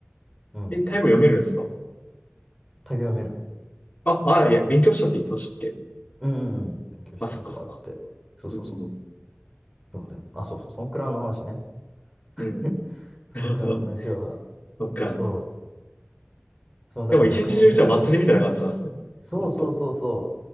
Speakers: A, in the centre; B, on the left.
A: うん。
B: え、タイ語読めるんですか
A: タイ語読める。
B: あ、あ、いや、勉強したって言ってましたっけ
A: うん、うんうん、勉強したことがあって。
B: あ、そっかそっか。
A: そうそうそう。
B: うん、
A: そうだよ。あ、そうそう、ソンクラの話ね。<laughs>
B: うん。
A: ソンクラの話は、
B: <laughs> なんか、
A: そう、その、だから100人くにんくらいと、
B: でも一日中じゃあ祭りみたいな感じなんですね。
A: そうそうそうそ
B: ずっと。